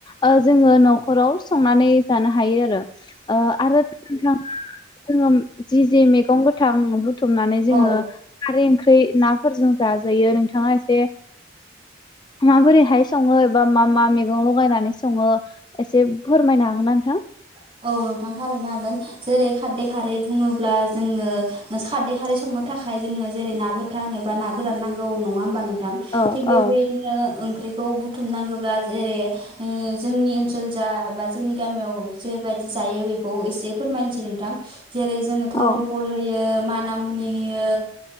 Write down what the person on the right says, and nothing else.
औ
<inaudible> औ नोंथां थारैनो हागोन। जेरै खाददै खारै बुङोब्ला जोंंनो खाददै खारै संनो थाखाय थाखाय जोंनो जेरै ना गोथां एबा ना गोरान नांगौ नङा होमबा नोंथां।
थिग बेबायदिनो
ओंख्रै खौ बुथुमनांगौबा जेरै जोंनि ओनसोल जा बा जोंनि गामियाव जेबादि जायो बेखौ एसे फोरमायनोसै नोंथां। जेरै जोंङो धरमपल
होयो, माना मुनि होयो,